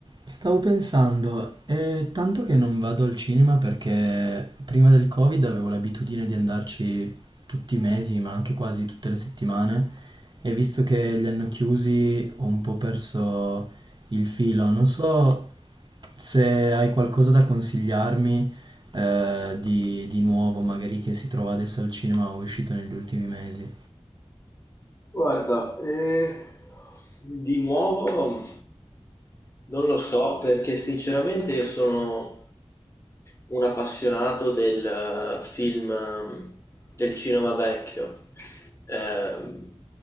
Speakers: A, on the right; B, on the left.
A: Stavo pensando, è tanto che non vado al cinema perché prima del Covid avevo l'abitudine di andarci tutti i mesi, ma anche quasi tutte le settimane, e visto che li hanno chiusi ho un po' perso il filo. Non so se hai qualcosa da consigliarmi eh, di, di nuovo, magari che si trova adesso al cinema o è uscito negli ultimi mesi.
B: Guarda, eh, di nuovo non lo so perché sinceramente io sono un appassionato del eh, film, ehm, del cinema vecchio, ehm,